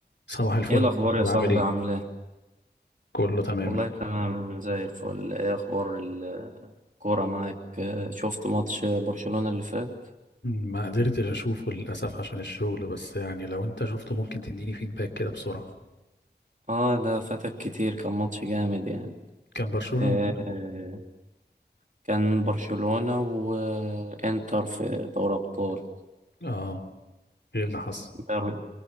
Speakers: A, on the left (about 80°); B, on the right (about 45°).
A: صباح الفل
B: ايه الاخبار
A: بعمل
B: يا صاحبي
A: ايه
B: عامل ايه
A: كله تمام
B: والله تمام زي الفل ايه اخبار الكوره معاك آه، شفت ماتش برشلونة اللي فات
A: ما قدرتش اشوفه للاسف عشان الشغل بس يعني لو انت شفته ممكن تديني فيدباك كده بسرعه
B: اه ده فاتك كتير كان ماتش جامد يعني
A: كان برشلونه
B: آه
A: وبيراميدز
B: كان برشلونة وانتر في دوري ابطال
A: اه ايه اللي حصل
B: بر-